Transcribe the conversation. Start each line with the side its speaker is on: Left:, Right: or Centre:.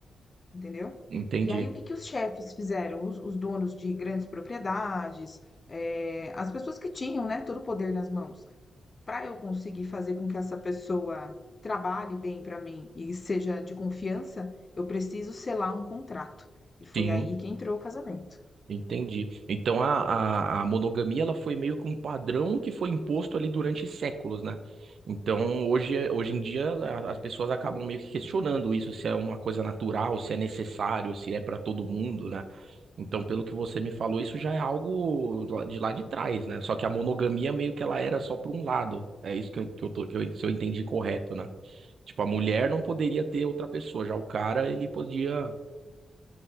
Left: entendeu?
Right: entendi.
Left: E aí, o que que os chefes fizeram? Os, os donos de grandes propriedades, eh, as pessoas que tinham, né, todo o poder nas mãos. Para eu conseguir fazer com que essa pessoa trabalhe bem para mim e seja de confiança, eu preciso selar um contrato. E foi
Right: Sim.
Left: aí que entrou o casamento.
Right: Entendi. Então a, a, a monogamia ela foi meio que um padrão que foi imposto ali durante séculos, né? Então hoje, hoje em dia a- as pessoas acabam meio que questionando isso, se é uma coisa natural, se é necessário, se é para todo mundo, né? Então, pelo que você me falou, isso já é algo do- de lá de trás, né? Só que a monogamia meio que ela era só por um lado. É isso que eu, que eu tô- que eu- se eu entendi correto, né? Tipo, a mulher não poderia ter outra pessoa, já o cara ele podia.